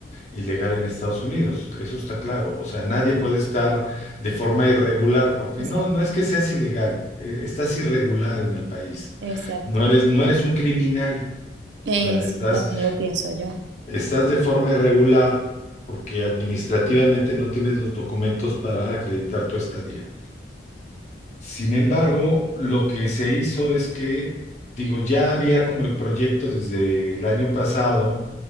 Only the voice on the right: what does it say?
exacto,
exacto.
Eso
también lo pienso yo.